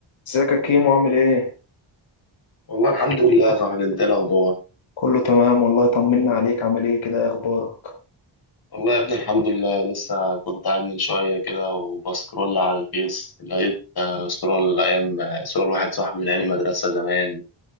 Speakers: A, on the left; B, on the left.
A: ازيك يا كيمو عامل ايه؟
B: والله الحمد لله يا صاحبي انت ايه الاخبار
A: كله تمام والله طمنا عليك عامل ايه كده ايه اخبارك؟
B: والله يا ابني الحمد لله لسه كنت قاعد من شويه كده وبسكرول على الفيس لقيت آه، صوره الايام صوره لواحد صاحبي من ايام المدرسه زمان